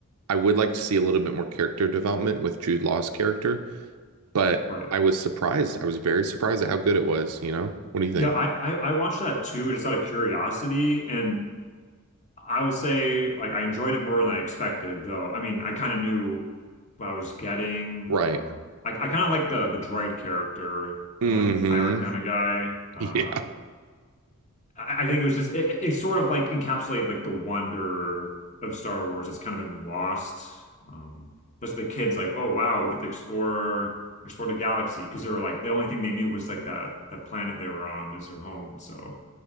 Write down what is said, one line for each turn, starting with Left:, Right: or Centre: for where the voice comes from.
Right: I would like to see a little bit more character development with Jude Law's character, but
Left: Right.
Right: I was surprised. I was very surprised at how good it was, you know? What do you
Left: Yeah,
Right: think?
Left: I, I I watched that too, just out of curiosity, and I will say, like, I enjoyed it more than I expected, though. I mean, I kind of knew what I was getting.
Right: Right.
Left: Um, I I kind of like the the droid character,
Right: hmm
Left: kind of like the pirate kind of guy. Uh,
Right: <laughs> Yeah.
Left: I, I think it was just it, it it sort of like encapsulated like the wonder of Star Wars that's kind of been lost. Um, but the kids like, oh wow, we get to explore explore the galaxy because they were like the only thing they knew was like that that planet they were on is their home, so.